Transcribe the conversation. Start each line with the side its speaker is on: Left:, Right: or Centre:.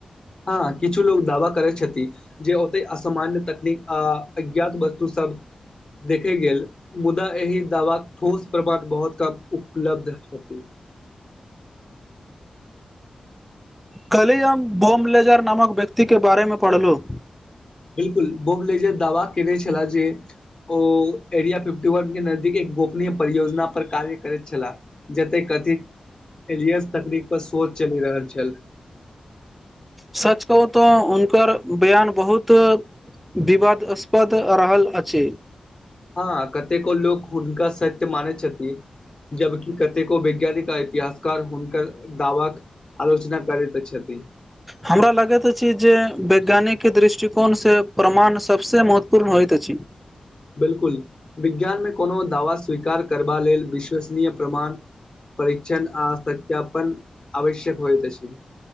Left: हँ किछु लोग दावा करै छथि जे ओते असामान्य तकनीक अऽ अज्ञात वस्तु सब देखे गेल मुदा एहि दावाक ठोस प्रमाण बहुत कम उपलब्ध <inaudible>
Centre: कलीह हम बोम्लेजर नामक व्यक्ति के बारे मे पढ़लहुँ
Left: बिल्कुल बोम्बलेजर दावा केने छे जे ओ एरिया फिफ्टी वन के नजदीक एक गोपनीय परियोजना पर कार्य करैत छलाह जतेक कथित एलियंस तकनीकी पर शोध चलि रहल छल
Centre: सच कहू तऽ हुनकर बयान बहुत विवादास्पद रहल अछि
Left: हाँ कतेको लोक हुनका सत्य मानै छथीन जबकि कतेको वैज्ञानिक आ इतिहासकार हुनक दवा क आलोच ना करैत छति
Centre: हमरा लगैत अछि जे वैज्ञानिकके दृष्टिकोणसे प्रमाण सबसे महत्वपूर्ण होइत अछि
Left: बिलकुल विज्ञानमे कोनो दावा स्वीकार करबा लेल विश्वसनीय प्रमाण परीक्षण आ सत्यपन आवश्यक होइ त अछि